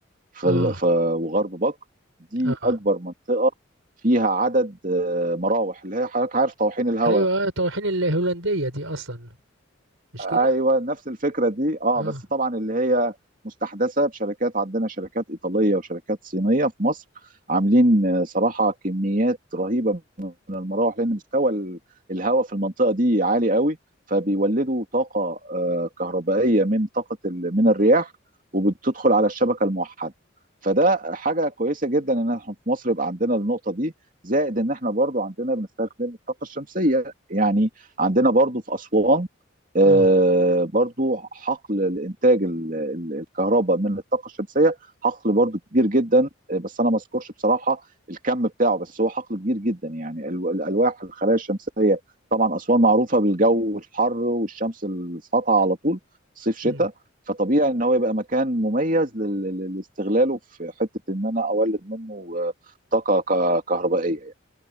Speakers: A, on the right; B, on the right.
A: في
B: اه
A: ال- في وغرب بكر دي
B: اه
A: اكبر منطقه فيها عدد آه، مراوح اللي هي حضرتك عارف طواحين الهواء
B: ايوه طواحين الهولندية دي اصلا مش
A: ايوه
B: كده
A: نفس الفكره دي اه
B: اه
A: بس طبعا اللي هي مستحدثه بشركات عندنا شركات ايطاليه وشركات صينيه في مصر عاملين آه، صراحه كميات رهيبه من المراوح لان مستوى الهواء في المنطقه دي عالي قوي فبيولدوا طاقه آه، كهربائيه من طاقه من الرياح وبتدخل على الشبكه الموحده فده حاجه كويسه جدا ان احنا في مصر يبقى عندنا النقطه دي زائد ان احنا برضو عندنا بنستخدم الطاقه الشمسيه يعني عندنا برضو في اسوان آه،
B: اه
A: برضو حقل الانتاج ال- ال- الكهرباء من الطاقه الشمسيه حقل برضو كبير جدا آه، بس انا ما اذكرش بصراحه الكم بتاعه بس هو حقل كبير جدا يعني ال- الالواح الخلايا الشمسيه طبعا اسوان معروفه بالجو الحر والشمس الساطعه على طول صيف شتاء
B: امم
A: فطبيعي ان هو يبقى مكان مميز لل- لل- لاستغلاله في حته ان انا اولد منه آه، طاقه ك- كهربائيه